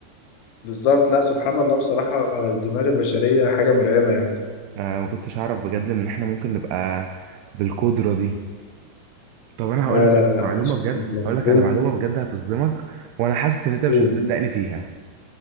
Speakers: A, on the left; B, on the right.
A: بالظبط لا سبحان الله بصراحة الدماغ البشرية حاجة مرعبة يعني
B: آه ما كنتش اعرف بجد ان احنا ممكن نبقى بالقدرة دي طب انا هقول
A: لا
B: لك
A: لا لا
B: معلومه
A: لا سبحان
B: بجد
A: الله
B: هقول لك
A: قول
B: على معلومه بجد هتصدمك وانا حاسس ان انت مش
A: قول
B: هتصدقني فيها